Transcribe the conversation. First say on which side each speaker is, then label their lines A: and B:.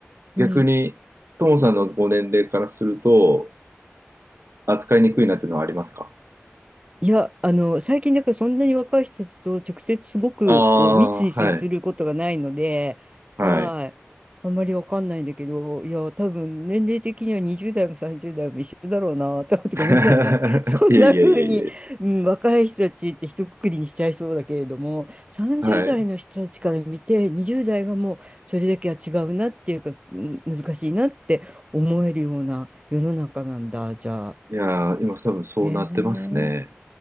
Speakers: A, on the right (about 25°); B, on the right (about 65°).
A: うん。
B: 逆に、ともさんのご年齢からすると、扱いにくいなっていうのはありますか
A: いや、あの、最近、だからそんなに若い人たちと直接すごくこう密に接することがないので、
B: ああー、はい。はい。
A: はい。あんまりわかんないんだけど、いや、多分年齢的には20代も30代も一緒だろうなと思ってごめんなさいね。
B: <laughs>
A: <laughs> そんな風に、
B: いえいえいえいえ。
A: うん、若い人たちって一括りにしちゃいそうだけれども、30代の人たちから見て、
B: はい。
A: 20代はもうそれだけは違うなっていうか、うん難しいなって思えるような世の中なんだ、じゃあ。
B: いやー、今多分そうなってますね。
A: ねえ